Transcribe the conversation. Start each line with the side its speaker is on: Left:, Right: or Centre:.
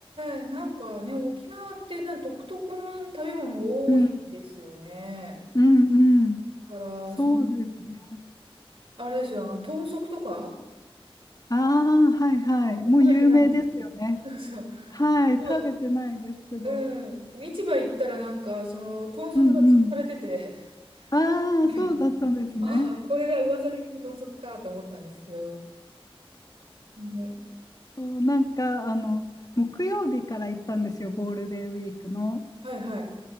Right: えなんかね、沖縄ってなん独特の食べ物多いですよね。
Left: うん、うん、うん。
Right: だから、
Left: そうですね。
Right: その、あれですよ、あの、豚足とか
Left: ああ、はいはい。
Right: 食べてないで
Left: もう有名ですよね。
Right: すそうそう。
Left: はい。食べてないですけど。
Right: そううん。市場行ったらなんか、その、豚足が吊るされてて、
Left: うんうん。ああ、
Right: <laughs>
Left: そうだったんですね。
Right: ああ、これが噂に聞く豚足かと思ったんですけど。ね
Left: そう、なんか、あの、木曜日から行ったんですよ、ゴールデンウィークの。
Right: はいは